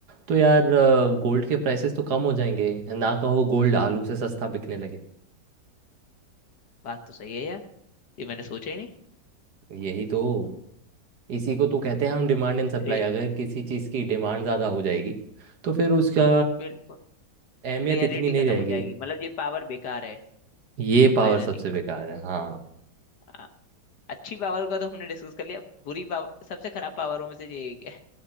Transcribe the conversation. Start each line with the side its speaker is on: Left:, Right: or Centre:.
Right: तो यार गोल्ड के प्राइसेस तो कम हो जाएंगे ना कहो गोल्ड आलू से सस्ता बिकने लगे
Left: बात तो सही है यार ये मैंने सोचा ही नहीं
Right: यही तो इसी को तो कहते हैं हम डिमांड एंड सप्लाई
Left: रे,
Right: अगर किसी चीज़ की डिमांड ज़्यादा हो जाएगी तो फिर उसका
Left: बिल्कुल
Right: अहमियत
Left: रेयरिटी
Right: इतनी नहीं
Left: खत्म
Right: रहेगी
Left: हो जाएगी मतलब ये पावर बेकार है
Right: ये
Left: उसका फायदा
Right: पावर सबसे
Left: नहीं
Right: बेकार है हाँ
Left: आ, अच्छी पावर का तो हमने डिस्कस कर लिया बुरी पावर सबसे खराब पावरों में से ये एक है